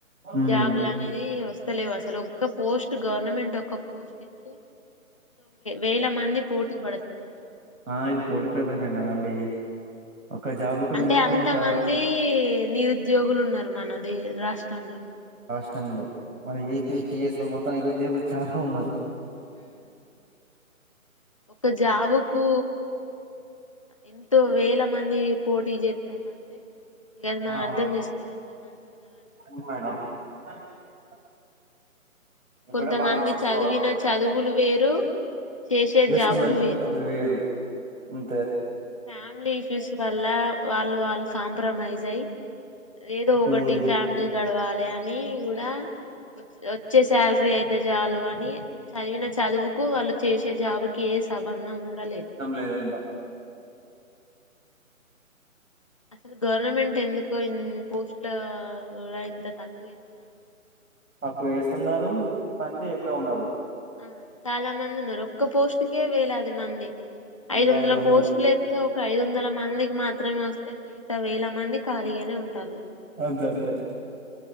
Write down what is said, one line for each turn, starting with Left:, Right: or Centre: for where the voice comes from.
Right: మ్మ్
Left: జాబ్ లు అనేది వస్తు వత్త లేవు అసలు ఒక్క పోస్ట్. గవర్నమెంట్ ఒక పోస్ట్ ఇతే వేల మంది పోటీ పడతారు.
Right: ఆ ఇది పోటీ ప్రపంచం కదండి. ఒక జాబుకు
Left: అంటే
Right: మినిమం
Left: అంత
Right: ఒక
Left: మంది నిరు. ఉద్యోగులు ఉన్నారు మనది రాష్ట్రంలో.
Right: రాష్ట్రం లో మన ఏపీటిఎస్ లో మొత్తం నిరుద్యోగులు చాలా ఉన్నారు.
Left: హ ఒక జాబుకు. ఎంతో వేల మంది పోటీ చేస్తున్నారు. గది అది మనం
Right: అవునవును
Left: అర్థం చేసుకోవాలి ఎంత మంది ఉన్నార.
Right: అవును మేడం <inaudible> ఇప్పుడు
Left: కొంతమంది
Right: బాగా చదువుకోవాలి.
Left: చదివిన చదువులు వేరు చేసే
Right: చేసుకున్న
Left: జాబులు
Right: అవి వేరు, హ్మ్.
Left: ఫ్యామిలీ ఇష్యూస్ వల్ల వాళ్ళు. కాంప్రమైజ్ అయి ఏదో ఒకటి
Right: ఉమ్
Left: ఫ్యామిలీ గడవాలి అని కూడా. వచ్చే శాలరీ అయితే చాలు అని చదివిన చదువుకు వాళ్ళు చేసే జాబుకి. సంబంధం కూడా లేదు.
Right: లేదు అంతా.
Left: అసలు గవర్నమెంట్ ఎందుకో ఇన్ని పోస్ట్ల కూడా ఇంత తక్కువ వేస్తార.
Right: అప్పుడు వేస్తున్నారు, మంది ఎక్కువ ఉన్నారు.
Left: ఆ చాలా మంది ఉన్నారు ఒక్క పోస్ట్ కే వేలాది. మంది
Right: వేలాది
Left: ఐదు వందల
Right: మంది
Left: పోస్టులు ఎస్తతే ఒక ఐదు వందల మంది. మాత్రమే వస్తే మిగతా వేల మంది ఖాళీగానే ఉంటారు.
Right: అంతే అంతే.